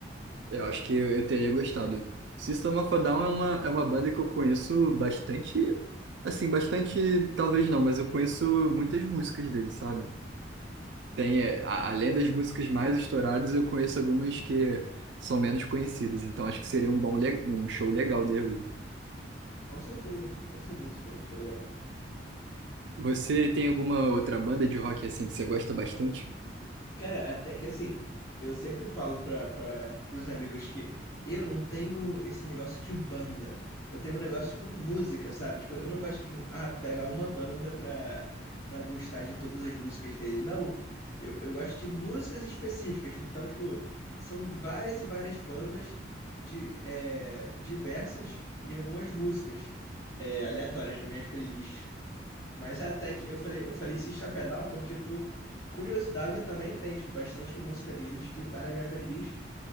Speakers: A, on the right; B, on the left.
A: Eu acho que eu, eu teria gostado. System of a Down é uma, é uma banda que eu conheço bastante, assim, bastante, talvez não, mas eu conheço muitas músicas dele sabe? Tem, é, a- além das músicas mais estouradas, eu conheço algumas que são menos conhecidas, então acho que seria um bom, le- um show legal dele.
B: Com certeza, com certeza foi um show legal.
A: Você tem alguma outra banda de rock assim que você gosta bastante?
B: Cara, até que assim, eu sempre falo pra, pra, pros amigos que eu não tenho esse negócio de banda. Eu tenho um negócio com música, sabe? Tipo, eu não gosto de, um- ah, pegar uma banda pra, pra gostar de todas as músicas dele. Não, eu, eu gosto de músicas específicas. Então, tipo, são de várias e várias bandas de, é, diversas e algumas músicas, é, aleatórias nas minhas playlists. Mas até que eu falei, eu falei System of a Down porque por curiosidade eu também tem, tipo, bastante música deles que tá na minha playlist.